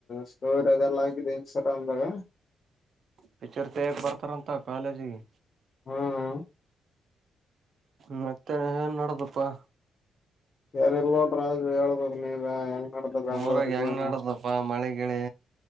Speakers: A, on the left (about 50°); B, on the right (about 60°).
A: ಸ್ಟೋವರ್ ಅದೆಲ್ಲ ಹಾಕಿದ್ದ ಇನ್ಸ್ಟಾಗ್ರಾಮ್ದಾಗ
B: ಪಿಚರ್ ತೇಕ್ ಬರ್ತಾರಂತ ಕಾಲೇಜಿಗೆ
A: ಹ್ಮ್
B: ಮತ್ತೆ ಏನ್ ನಡದಪ್ಪಾ
A: ಯಾರಲ್ೋ್ರ್ರರು ಹೇಳ್ಬೋದು <unintelligible> ಅ ಯಂಗದ ಬ ಬೆಂಗ್ಳೂರುಲ್ಲಿಣ
B: ಊರಾಗ ಹೆಂಗ್ ನಡದಪ್ಪಾ ಮಳೆಗಿಳಿ